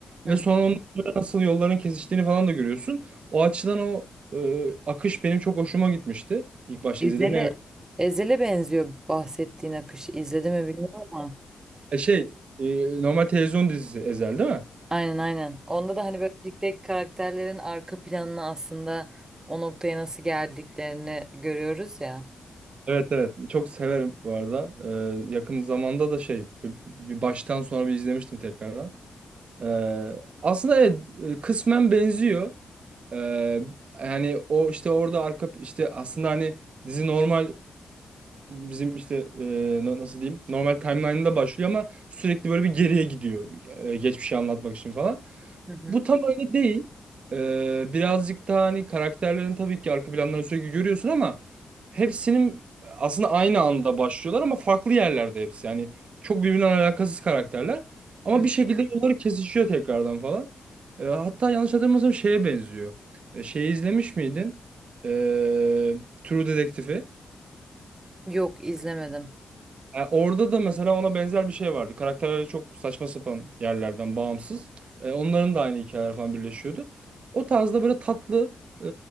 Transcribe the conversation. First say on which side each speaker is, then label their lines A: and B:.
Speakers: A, on the right; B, on the right.
A: Hı
B: Ve
A: hı.
B: sonra onların böyle nasıl yolların kesiştiğini falan da görüyorsun. O açıdan o e, akış benim çok hoşuma gitmişti. İlk başta
A: Ezel'e
B: izlediğimde. Yani
A: Ezel'e benziyor bahsettiğin akış. İzledi mi bilmiyorum ama.
B: e, Şey e, normal televizyon dizisi Ezel değil mi?
A: Aynen aynen. Onda da hani böyle tek tek karakterlerin arka planını aslında o noktaya nasıl geldiklerini görüyoruz ya.
B: Evet evet çok severim bu arada. Ee, yakın zamanda da şey bir bir baştan sonra bir izlemiştim tekrardan. Ee, aslında evet, e, kısmen benziyor. Ee, yani o işte orada arka işte aslında hani dizi normal e, bizim işte e, na- nasıl diyeyim normal timeline'da başlıyor ama sürekli böyle bir geriye gidiyor e, geçmişi anlatmak için falan.
A: Hı hı.
B: Bu tam öyle değil. Ee, birazcık daha hani karakterlerin tabii ki arka planlarını sürekli görüyorsun ama hepsinin aslında aynı anda başlıyorlar ama farklı yerlerde hepsi. Yani çok birbirinden alakasız karakterler ama
A: Hı.
B: bir şekilde yolları kesişiyor tekrardan falan. Ee, hatta yanlış hatırlamıyorsam şeye benziyor. Ee, şeyi izlemiş miydin? Ee, True Detective'i.
A: Yok izlemedim.
B: E, Orada da mesela ona benzer bir şey vardı. Karakterler çok saçma sapan yerlerden bağımsız. E, onların da aynı hikayeler falan birleşiyordu. O tarzda böyle tatlı e,